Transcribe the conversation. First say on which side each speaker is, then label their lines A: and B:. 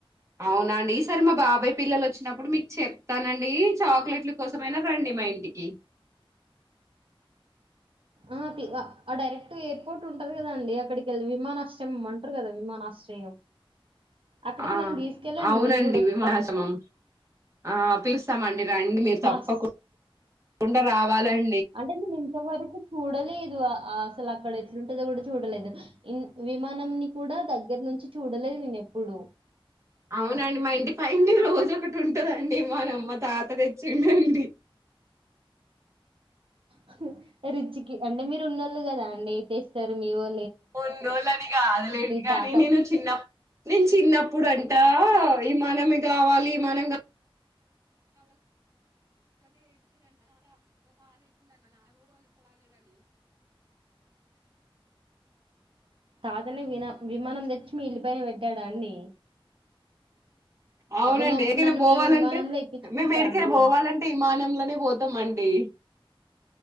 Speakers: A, on the right; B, on the right.
A: అవునండి ఈ సారి మా బాబాయ్ పిల్లలు వచ్చినప్పుడు మీకు చెప్తానండి చాక్లెట్లు కోసమయినా రండి మా ఇంటికి
B: ఆ తి వ ఆ డైరెక్ట్ ఎయిర్పోర్ట్ ఉంటది కదాండి అక్కడికి వెళ్ళి విమానాశ్రయం అమ్మంటారు కదా విమానాశ్రయం అక్కడికి
A: ఆ
B: నన్ను తీసుకెళ్ళండి
A: అవునండి
B: నేను కూడా వస్తా
A: విమాశమం ఆ పిలుస్తామండి రండి మీరు
B: వస్
A: తప్పకుం కుండా రావాలన్
B: అంటే నెన్ ఇంతవరకు చూడలేదు అ అసలు అక్కడ ఎట్లుంటుందో కూడా చూడలేదు ఇ విమానంని కూడా దగ్గర నుంచి చూడలేదు నేను ఎప్పుడు
A: అవునండి మా ఇంటి పైంది రోజు ఒకటి ఉంటదండి మానమ్మ తాత తెచ్చి ఎంటడి
B: హా రుచికి అంటే మీరు ఉన్నోళ్ళు కదా అండి తెస్తారు మీవొ
A: రండోళ్ల అని కాదలేదు కాగానీ
B: తాత
A: నేను చిన్న నేను చిన్నప్పుడు అంట ఈ మనం కావాలి ఈ మనం <inaudible>
B: తాత నీ వినా విమానం ద లష్మి ఇల్లు పైన పెట్టారండి
A: అవునండి
B: అబ్బా మా
A: ఏకైనా
B: నన్ను
A: పోవాలంటే
B: మీ విమానంలో ఎక్కించుకుంటారా
A: మేము ఎడికైనా
B: అండి
A: పోవాలంటే విమానంలోనే పోతు త్తమండి